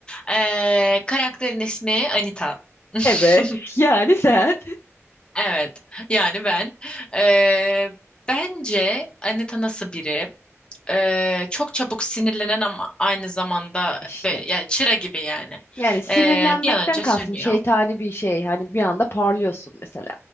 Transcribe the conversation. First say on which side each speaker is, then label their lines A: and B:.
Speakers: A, on the left; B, on the left.
A: eee, karakterin ismi Anita. <laughs>
B: Evet, yani sen.
A: Evet. Yani ben. Eee, bence Anita nasıl biri? Eee, çok çabuk sinirlenen ama aynı zamanda
B: İşte.
A: böyle yani çıra gibi yani.
B: Yani sinirlenmekten
A: Eee, bir an önce
B: kastım
A: sönüyor.
B: şeytani bir şey. Hani bir anda parlıyorsun mesela.